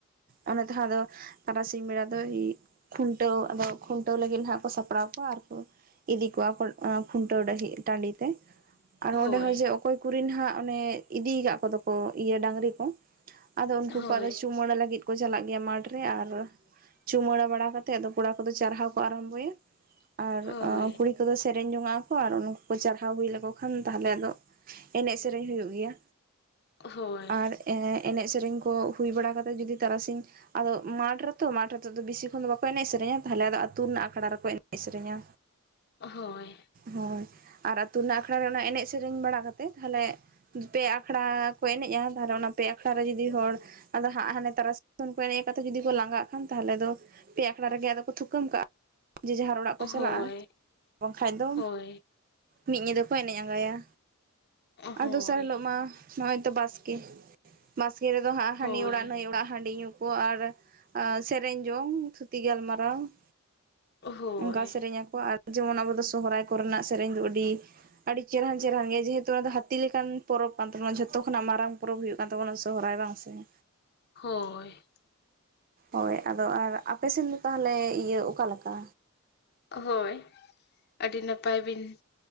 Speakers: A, on the right; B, on the left.
A: ᱚᱱᱟ ᱫᱷᱟᱣ ᱫᱚ ᱛᱟᱨᱟᱥᱤᱧ ᱵᱮᱲᱟ ᱫᱚ ᱠᱷᱩᱱᱴᱟᱹᱣ ᱟᱫᱚ ᱠᱷᱩᱱᱴᱟᱹᱣ ᱞᱟᱹᱜᱤᱫᱽ ᱱᱟᱦᱟᱸᱜ ᱠᱚ ᱥᱟᱯᱲᱟᱣ ᱠᱚᱣᱟ ᱾ ᱟᱨ ᱠᱚ ᱤᱫᱤ ᱠᱚᱣᱟ ᱠᱚ ᱚᱸ ᱠᱷᱩᱴᱟᱹᱣ ᱰᱟᱦᱤ ᱴᱟᱺᱰᱤ ᱛᱮ᱾ ᱟᱨ ᱦᱚᱸ
B: ᱦᱳᱭ
A: ᱚᱸᱰᱮ ᱦᱚᱸ ᱡᱮ ᱚᱠᱚᱭ ᱠᱩᱨᱤᱱ ᱦᱟᱸᱜ ᱚᱱᱮ ᱤᱫᱤ ᱠᱟᱫ ᱠᱚᱫᱚ ᱠᱚ ᱤᱭᱟᱹ ᱰᱟᱝᱨᱤ ᱠᱚ ᱟᱫᱚ ᱩᱱᱠᱩ
B: ᱦᱳᱭ
A: ᱠᱚ ᱟᱫᱚ ᱪᱩᱢᱟᱹᱲᱟ ᱞᱟᱹᱜᱤᱫ ᱠᱚ ᱪᱟᱞᱟᱜ ᱜᱮᱭᱟ ᱢᱟᱴᱷᱨᱮ ᱾ ᱟᱨ ᱪᱩᱢᱟᱹᱲᱟ ᱵᱟᱲᱟ ᱠᱟᱛᱮᱜ ᱟᱫᱚ ᱠᱚᱲᱟ ᱠᱚᱫᱚ ᱪᱟᱨᱦᱟᱣ ᱠᱚ ᱟᱨᱟᱢᱵᱚᱭᱟ ᱟᱨ
B: ᱦᱳᱭ
A: ᱟᱸ ᱠᱩᱲᱤ ᱠᱚᱫᱚ ᱥᱮᱨᱮᱧ ᱡᱚᱝᱟᱜ ᱟᱠᱚ ᱟᱨ ᱱᱩᱠᱩ ᱠᱚ ᱪᱟᱨᱦᱟᱣ ᱦᱩᱭ ᱞᱮᱠᱚ ᱠᱷᱟᱱ ᱛᱟᱦᱚᱞᱮ ᱟᱫᱚ ᱮᱱᱮᱡ ᱥᱮᱨᱮᱧ ᱦᱩᱭᱩᱜ ᱜᱮᱭᱟ᱾
B: ᱦᱳᱭ
A: ᱟᱨ ᱮ ᱮᱱᱮᱡ ᱥᱮᱨᱮᱧ ᱠᱚ ᱦᱩᱭ ᱵᱟᱲᱟ ᱠᱟᱛᱮ ᱡᱩᱫᱤ ᱛᱟᱨᱟᱥᱤᱧ ᱟᱫᱚ ᱢᱟᱴᱷ ᱨᱮᱛᱚ ᱢᱟᱴᱷ ᱨᱮᱛᱚᱜ ᱫᱚ ᱵᱤᱥᱤ ᱠᱷᱚᱱ ᱫᱚ ᱵᱟᱠᱚ ᱮᱱᱮᱡ ᱥᱮᱨᱮᱧᱟ, ᱛᱟᱦᱚᱞᱮ ᱟᱫᱚ ᱟᱹᱛᱩ ᱨᱮᱱᱟᱜ ᱟᱠᱷᱲᱟ ᱨᱮᱠᱚ ᱮᱱᱮᱡ ᱥᱮᱨᱮᱧᱟ᱾
B: ᱦᱳᱭ ᱾
A: ᱦᱳᱭ, ᱟᱨ ᱟᱹᱛᱩ ᱨᱮᱱᱟᱜ ᱟᱠᱷᱲᱟ ᱨᱮ ᱚᱱᱟ ᱮᱱᱮᱡ ᱥᱮᱨᱮᱧ ᱵᱟᱲᱟ ᱠᱟᱛᱮ ᱛᱟᱦᱚᱞᱮ ᱯᱮ ᱟᱠᱷᱲᱟ ᱠᱚ ᱮᱱᱮᱡᱼᱟ ᱛᱟᱦᱟᱞᱮ ᱚᱱᱟ ᱯᱮ ᱟᱠᱷᱲᱟ ᱨᱮ ᱡᱩᱫᱤ ᱦᱚᱲ ᱟᱫᱚ ᱦᱟᱸᱜ ᱦᱟᱱᱮ ᱛᱟᱨᱟᱥᱤᱧ ᱠᱷᱚᱱ ᱠᱚ ᱮᱱᱮᱡ ᱠᱟᱫᱽ ᱛᱮ ᱡᱩᱫᱤ ᱠᱚ ᱞᱟᱝᱜᱟᱜ ᱠᱷᱟᱱ ᱛᱟᱦᱟᱞᱮ ᱫᱚ ᱯᱮ ᱟᱠᱷᱲᱟ ᱨᱮᱜᱮ ᱟᱫᱚ ᱠᱚ ᱛᱷᱩᱠᱟᱹᱢ ᱠᱟᱜᱼᱟ ᱡᱮ ᱡᱟᱦᱟᱸ ᱚᱲᱟᱜ
B: ᱦᱳᱭ
A: ᱠᱚ ᱪᱟᱞᱟᱜᱼᱟ ᱵᱟᱝᱠᱷᱟᱡ ᱫᱚ
B: ᱦᱳᱭ
A: ᱢᱤᱫ ᱧᱤᱫᱟᱹ ᱠᱚ ᱮᱱᱮᱡ ᱟᱸᱜᱟᱭᱟ,
B: ᱦᱳᱭ
A: ᱟᱨ ᱫᱚᱥᱟᱨ ᱦᱤᱞᱚᱜ ᱢᱟ ᱱᱚᱜᱼᱚᱭ ᱛᱚ ᱵᱟᱥᱠᱮ ᱵᱟᱥᱠᱮ ᱨᱮᱫᱚ ᱦᱟᱸᱜ ᱦᱟᱹᱱᱤ
B: ᱦᱳᱭ
A: ᱚᱲᱟᱜ ᱱᱟᱹᱭ ᱚᱲᱟᱜ ᱦᱟᱺᱰᱤ ᱧᱩ ᱠᱚ ᱟᱨ ᱥᱮᱨᱮᱧ ᱡᱚᱝ ᱛᱷᱩᱛᱤ ᱜᱟᱞᱢᱟᱨᱟᱣ ᱾
B: ᱦᱳᱭ
A: ᱚᱱᱠᱟ ᱥᱮᱨᱮᱧ ᱟᱠᱚ ᱟᱨ ᱡᱮᱢᱚᱱ ᱟᱵᱚ ᱫᱚ ᱥᱚᱦᱨᱟᱭ ᱠᱚᱨᱮᱱᱟᱜ ᱥᱮᱨᱮᱧ ᱫᱚ ᱟᱹᱰᱤ ᱟᱹᱰᱤ ᱪᱮᱦᱨᱟᱱ ᱪᱮᱦᱨᱟᱱ ᱜᱮᱭᱟ ᱡᱮᱦᱮᱛᱩ ᱚᱱᱟ ᱫᱚ ᱦᱟᱹᱛᱤ ᱞᱮᱠᱟᱱ ᱯᱚᱨᱚᱵᱽ ᱠᱟᱱ ᱛᱟᱵᱚᱱᱟ ᱡᱷᱚᱛᱚ ᱠᱷᱚᱱᱟᱜ ᱢᱟᱨᱟᱝ ᱯᱚᱨᱚᱵᱽ ᱦᱩᱭᱩᱜ- ᱠᱟᱱ ᱛᱟᱵᱚᱱᱟ ᱥᱚᱦᱨᱟᱭ ᱵᱟᱝ ᱥᱮ ᱾
B: ᱦᱳᱭ ᱾
A: ᱦᱳᱭ ᱟᱫᱚ ᱟᱨ ᱟᱯᱮ ᱥᱮᱱ ᱫᱚ ᱛᱟᱦᱚᱞᱮ ᱤᱭᱟᱹ ᱚᱠᱟᱞᱮᱠᱟ?
B: ᱦᱳᱭ <inaudible> ᱟᱹᱰᱤ ᱱᱟᱯᱟᱭ ᱵᱤᱱ